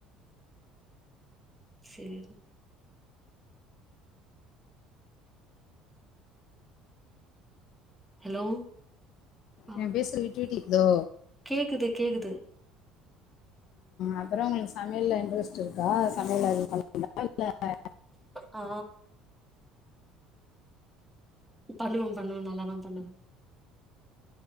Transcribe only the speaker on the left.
நா பேசுறது விட்டு விட்டு கேக்குதோ
அப்பறோ உங்களுக்கு சமையல்ல இன்ட்ரெஸ்ட் இருக்கா சமையல்ல எது பண்ண இருக்கா இல்ல